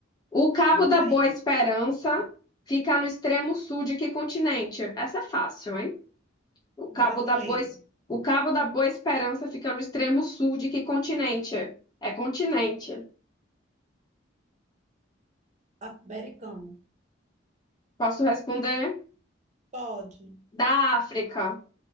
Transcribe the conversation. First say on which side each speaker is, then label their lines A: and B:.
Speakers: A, on the left (about 20°); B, on the right (about 35°).
A: O Cabo
B: manda
A: da Boa
B: aí.
A: Esperança fica no extremo sul de que continente? Essa é fácil, hein? O Cabo
B: Brasileiro,
A: da Boa, Es- o Cabo da Boa Esperança fica no extremo sul de que continente? É continente.
B: americano,
A: Posso responder?
B: pode.
A: Da África.